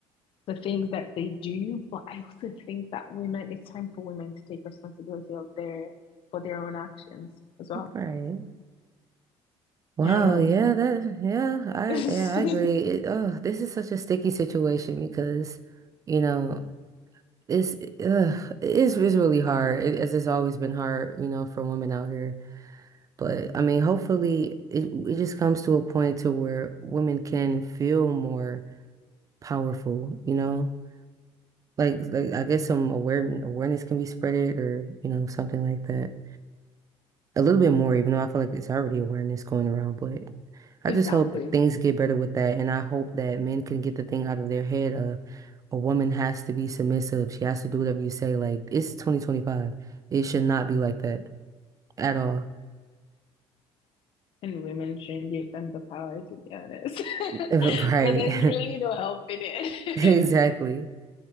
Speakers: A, on the left (about 55°); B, on the right (about 30°).
A: the things that they do. But I also think that women, it's time for women to take responsibility of their for their own actions as well.
B: Right. Wow,
A: I don't know.
B: yeah, that yeah, I
A: <laughs>
B: yeah, I agree. It, oh, this is such a sticky situation because, you know, it's uh, it's, it's really hard it, as it's always been hard, you know, for women out here. But I mean, hopefully it it just comes to a point to where women can feel more powerful, you know? Like like I guess some aware awareness can be spreaded or, you know, something like that. a little bit more, even though I feel like it's already awareness going around. But I
A: exactly.
B: just hope things get better with that, and I hope that men can get the thing out of their head of a woman has to be submissive. She has to do whatever you say. Like it's 2025. It should not be like that at all. <laughs>
A: And women shouldn't give them the power, to be honest. <laughs>
B: Right.
A: but there's really
B: <laughs>
A: no help in it.
B: Exactly.